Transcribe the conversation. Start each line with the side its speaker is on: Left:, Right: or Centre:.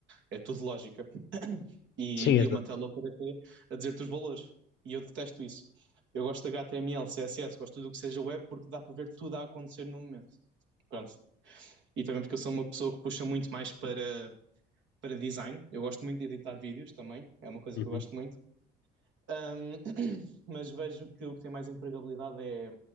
Right: É tudo lógica. <coughs> E,
Left: Sim, exato.
Right: e uma tela para quê? A dizer-te os valores. E eu detesto isso. Eu gosto de HTML, CSS, gosto de tudo o que seja web porque dá para ver tudo a acontecer no momento. Pronto. E também porque eu sou uma pessoa que puxa muito mais para, para design. Eu gosto muito de editar vídeos também, é uma coisa
Left: Uhum.
Right: que eu gosto muito. Ahm, <clears throat> mas vejo que o que tem mais empregabilidade é,